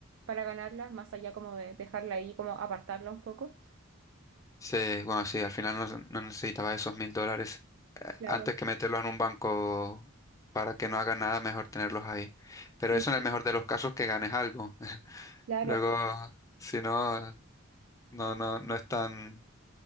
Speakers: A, on the right (about 65°); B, on the left (about 15°).
A: para ganarla, más allá como de dejarla ahí, como apartarla un poco.
B: Sí, bueno, sí, al final no, no necesitaba esos mil dólares.
A: Claro,
B: antes que meterlos en un banco para que no hagan nada, mejor tenerlos ahí.
A: sí,
B: Pero eso en el mejor de los casos que ganes algo. <laughs>
A: claro.
B: Luego, si no, no, no, no es tan,